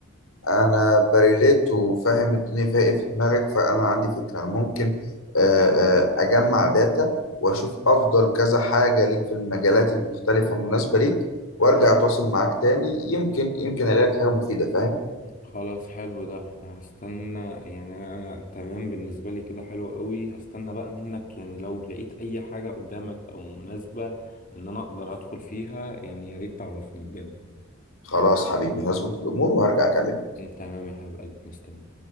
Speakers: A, on the left (about 80°); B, on the left (about 40°).
A: انا بريليت وفاهم الدنيا فيها ايه في دماغك فانا عندي فكره انا ممكن آه، آه، اجمع داتا واشوف افضل كذا حاجه ليك في المجالات المختلفه المناسبه ليك وارجع اتواصل معاك تاني يمكن يمكن الاقي لك حاجه مفيده فاهم
B: خلاص حلو ده هستنى يعني أنا أنا تمام بالنسبة لي كده حلو قوي هستنى بقى منك يعني لو لقيت أي حاجة قدامك أو مناسبة إن أنا أقدر أدخل فيها يعني يا ريت تعرفني بجد
A: خلاص حبيبي هظبط الامور وهرجع اكلمك
B: تمام يا حبيب قلبي مستني